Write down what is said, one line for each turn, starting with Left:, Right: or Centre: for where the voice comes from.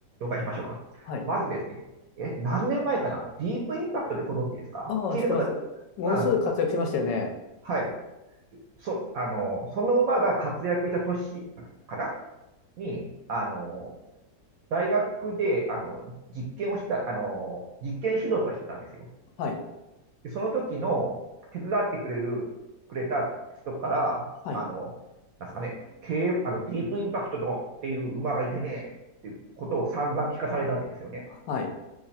Right: 介しましょうか。
Left: はい。
Right: まずですね、え、何年前かなディープインパクトでご存知ですか聞いたことあっ
Left: ああ、知ってます。ものすごい活躍しましたよね。
Right: た。うん。はい。そ、あの、その馬が活躍した年かなに、あの、大学で、あの、実験をした、あの、実験指導とかしてたんですよ。
Left: はい。
Right: で、その時の手伝ってくれる、くれた人から、
Left: はい。
Right: あの、なんすかね、経営あの、ディープインパクトのっていう馬がいてね、っていうことを散々聞かされたんですよね。
Left: はい。